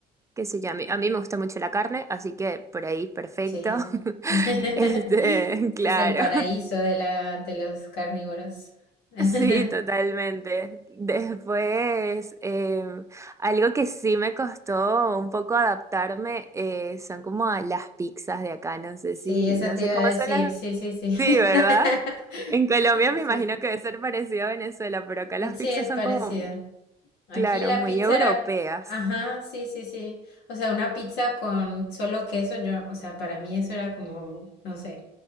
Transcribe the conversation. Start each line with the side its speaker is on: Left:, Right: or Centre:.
Right: qué sé yo, a mí, a mí me gusta mucho la carne, así que por ahí perfecto.
Left: Sí.
Right: <laughs>
Left: <laughs>
Right: Este, claro.
Left: Este es el paraíso de la, de los carnívoros. <laughs>
Right: Sí, totalmente. Después, em, algo que sí me costó un poco adaptarme eh, son como a las pizzas de acá. No sé
Left: Sí,
Right: si,
Left: eso
Right: no
Left: te
Right: sé
Left: iba
Right: cómo
Left: a decir,
Right: son las.
Left: sí, sí, sí. <laughs>
Right: Sí, ¿verdad? En Colombia
Left: Sí,
Right: me
Left: sí,
Right: imagino
Left: sí.
Right: que debe ser parecido a Venezuela, pero acá las
Left: Sí,
Right: pizzas
Left: es
Right: son
Left: parecido.
Right: como,
Left: Aquí
Right: claro,
Left: la
Right: muy
Left: pizza
Right: europeas.
Left: era, ajá, sí, sí, sí. O sea, una pizza con solo queso, yo, o sea, para mí eso era como, no sé.